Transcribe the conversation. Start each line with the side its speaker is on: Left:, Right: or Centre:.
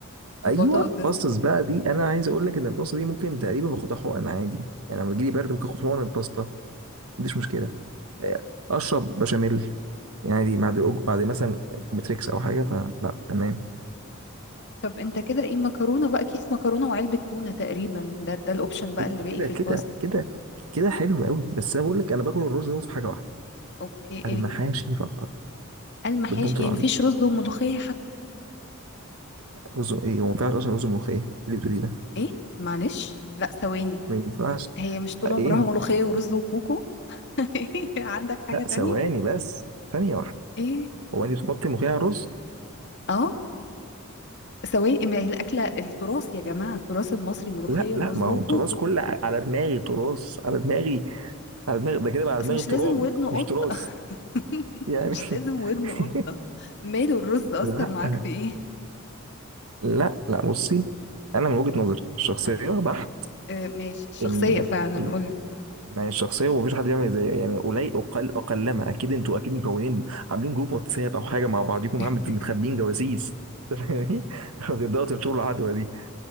Left: في
Right: ايوه
Left: بطاطس
Right: باستس بقى دي انا عايز اقول لك ان الباستا دي ممكن تقريبا باخدها حقن عادي يعني لما بيجي لي برد ممكن اخد حقنه باستا ما عنديش مشكله آه، اشرب بشاميل يعني دي بعد أج- بعد مثلا كومتريكس او حاجه فلا تمام
Left: طب انت كده ايه مكرونه بقى كيس مكرونه وعلبه تونه تقريبا ده ده الاوبشن بقى
Right: فايوه
Left: اللي باقي
Right: كده
Left: في الباستا
Right: كده كده كده حلو قوي بس انا بقول لك انا باكل الرز دوت في حاجه واحده
Left: اوكي
Right: المحاشي
Left: ايه
Right: فقط
Left: المحاشي
Right: بالبنط
Left: يعني
Right: العريض
Left: مفيش رز وملوخيه حتى
Right: رز ايه هو ما ينفعش اصلا رز ملوخيه إيه اللي بتقولي ده
Left: ايه معلش لا ثواني
Right: ما ينفعش
Left: هي مش طول عمرها
Right: ايه
Left: ملوخيه ورز وكوكو <laughs> عندك حاجه
Right: لا
Left: تانية
Right: ثواني بس ثانيه واحده
Left: ايه
Right: هو انت بتحطي ملوخيه على الرز
Left: اه سواء ما هي الأكلة التراث يا جماعة التراث المصري ملوخية
Right: لا لا
Left: ورز
Right: ما هو
Left: وكوكو
Right: التراث كله ع- على دماغي تراث على دماغي على دماغي ده كده بقى على
Left: أصل
Right: دماغي
Left: مش
Right: تراب
Left: لازم ودن قطة
Right: مش تراث
Left: <laughs>
Right: يعني
Left: مش لازم ودن
Right: <laughs>
Left: قطة ماله الرز أثر
Right: لا
Left: معاك في إيه
Right: لا لا بصي انا من وجهة نظري الشخصيه
Left: تمام
Right: بحت
Left: آه ماشي الشخصية
Right: ان
Left: فعلا
Right: إن-
Left: قولي
Right: يعني الشخصيه ومفيش حد يعمل زي يعني قليل اقل اقلما اكيد انتوا اكيد مكونين عاملين جروب واتساب او حاجه مع بعضيكم
Left: <laughs>
Right: عم بت- متخبيين جواسيس <laughs> فاهماني؟ بتبداوا تنشروا العدوى دي